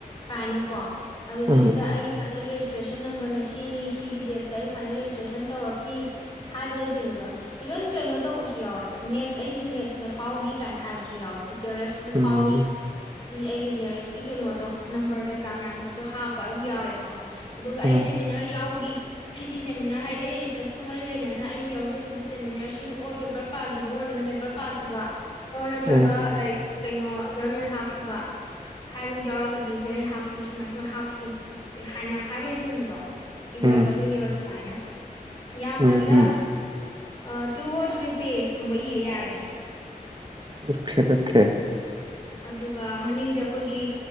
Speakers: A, on the left; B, on the right.
A: ꯀꯥꯏꯅꯀꯣ ꯑꯗꯨꯗꯒꯤꯗ
B: ꯎꯝ
A: ꯑꯩ ꯐꯥꯏꯅꯦꯜ ꯔꯦꯁ ꯔꯦꯖꯤꯁꯇ꯭ꯔꯦꯁꯟ ꯅꯝꯕꯔꯅ ꯁꯤꯅꯤ ꯁꯤꯒꯤ ꯗꯦꯠꯇ ꯑꯩ ꯐꯥꯏꯅꯦꯜ ꯔꯦꯖꯤꯁꯇ꯭ꯔꯦꯁꯟ ꯇꯧꯔꯛꯈꯤ ꯍꯥꯏꯕꯅ ꯆꯤꯡꯕꯗꯣ ꯏꯚꯟ ꯀꯩꯅꯣ ꯇꯧꯕꯁꯨ ꯌꯥꯎꯋꯦ ꯅꯦꯠ ꯑꯩꯁꯤ ꯅꯦꯠꯁꯤꯗ ꯐꯥꯎꯈꯤ ꯀꯥꯏꯅ ꯍꯥꯏꯕꯁꯨ ꯌꯥꯎꯋꯦ ꯖꯤꯌꯔ ꯑꯦꯐ ꯁꯤꯗ
B: ꯎꯝ
A: ꯐꯥꯎꯏ ꯁꯤ ꯑꯩꯒꯤ ꯖꯤ ꯑꯔ ꯑꯦꯐ ꯀꯤ ꯀꯩꯅꯣꯗꯣ ꯅꯝꯕꯔ ꯀꯩꯀꯥ ꯃꯌꯥꯝꯒꯗꯣ ꯍꯥꯞꯄ ꯑꯗꯨꯝ ꯌꯥꯎꯋꯦꯕꯀꯣ ꯑꯗꯨꯒ ꯑꯩ
B: ꯎꯝ
A: ꯁꯦꯃꯤꯅꯔ ꯌꯥꯎꯒꯤ ꯁꯤ ꯁꯤ ꯁꯦꯃꯤꯅꯔ ꯍꯥꯏꯗꯤ ꯑꯩ ꯔꯤꯁꯔꯁꯀ ꯃꯔꯤ ꯂꯩꯅꯅ ꯑꯩꯅ ꯌꯥꯎꯖ ꯈꯤꯕ ꯁꯦꯃꯤꯅꯔꯁꯤꯡ ꯑꯣꯔ ꯄꯦꯄꯔ ꯄꯥꯈꯤꯕ ꯑꯣꯏꯔꯒꯅ ꯄꯦꯄꯔ ꯄꯥꯈꯤꯕ ꯑꯣꯔ ꯅꯠꯇ꯭ꯔꯒ
B: ꯎꯝ
A: ꯂꯥꯏꯔꯤꯛ ꯀꯩꯅꯣ ꯖꯔꯅꯦꯜ ꯍꯥꯞꯈꯤꯕ ꯍꯥꯏꯕ ꯌꯥꯎꯔꯒꯗꯤ ꯖꯔꯅꯦꯜ ꯍꯥꯞꯈꯤꯕ ꯁꯨꯃꯥꯏ ꯁꯨꯃꯥꯏ ꯍꯥꯞꯈꯤ ꯍꯥꯏꯅ ꯍꯥꯏꯕꯅꯆꯤꯡꯕꯗꯣ ꯏꯙꯔꯛꯀꯗꯣꯏꯅꯦꯕ
B: ꯎꯝ
A: ꯁꯨꯃꯥꯏꯅ ꯌꯥꯝꯗ꯭ꯔꯒ
B: ꯎꯝ ꯎꯝ
A: ꯑꯥ ꯇꯨ ꯑꯣꯔ ꯊ꯭ꯔꯤ ꯄꯦꯖ ꯀꯨꯝꯕ ꯏꯔ ꯌꯥꯔꯦ
B: ꯑꯣꯀꯦ ꯑꯣꯀꯦ
A: ꯑꯗꯨꯒ ꯃꯅꯤꯡꯗ ꯑꯩꯈꯣꯏꯒꯤ